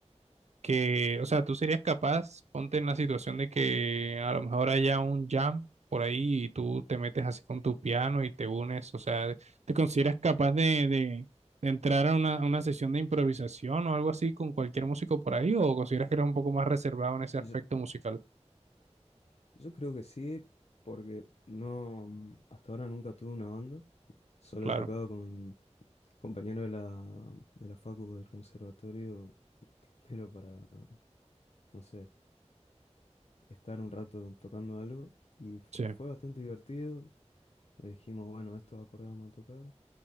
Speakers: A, on the right; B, on the left.
A: que, o sea, tú serías capaz, ponte en la situación de que a lo mejor haya un jam por ahí y tú te metes así con tu piano y te unes, o sea, ¿te consideras capaz de, de, de entrar a una, a una sesión de improvisación o algo así con cualquier músico por ahí o consideras que eres un poco más reservado en ese
B: Yo-
A: aspecto musical?
B: Yo creo que sí, porque no, mm, hasta ahora nunca tuve una banda. Solo
A: Claro,
B: he tocado con compañeros de la, de la facu del conservatorio, <laughs> pero para, no sé, estar un rato tocando algo. Y f-
A: sí,
B: fue bastante divertido. Le Dijimos, bueno, estos acordes vamos a tocar